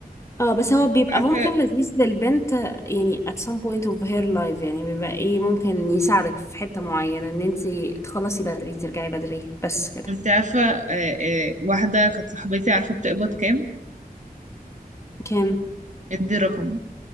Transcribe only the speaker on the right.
انت
عارفة
انت عارفة آه، آه، واحدة كانت صاحبتي عارفة بتقبض كام
ادي رقم